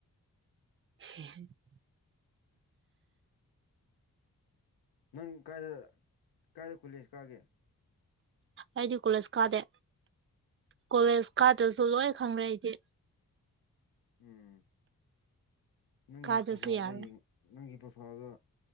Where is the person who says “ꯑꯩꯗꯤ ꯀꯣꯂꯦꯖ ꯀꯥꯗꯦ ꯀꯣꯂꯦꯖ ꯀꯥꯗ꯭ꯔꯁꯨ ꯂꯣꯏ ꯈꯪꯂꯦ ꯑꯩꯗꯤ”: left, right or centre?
Right